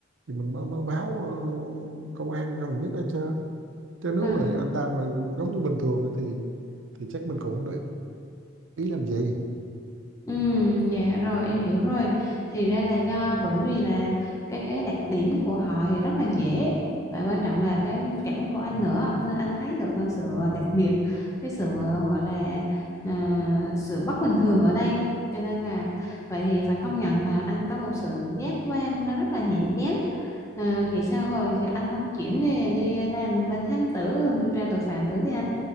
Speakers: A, on the right (about 80°); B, on the left (about 15°).
A: thì mình mới mới báo ờ, công an gần nhất hết chứ chứ nếu
B: Ừ,
A: mà anh ta mà giống như bình thường á thì thì chắc mình cũng không để ý làm gì
B: Ừ, dạ rồi em hiểu rồi thì ra là do bởi vì là cái cái đặc điểm của họ thì rất là dễ và quan trọng là cái linh cảm của anh
A: ừ.
B: nữa nên anh thấy được ờ, sự đặc biệt cái sự ờ, gọi là à, sự bất bình thường ở đây cho nên là vậy thì phải công nhận là anh có một sự giác quan nó rất là nhạy bén à, vậy sao hồi giờ anh không chuyển nghề đi làm bên thám tử điều tra tội phạm thử đi anh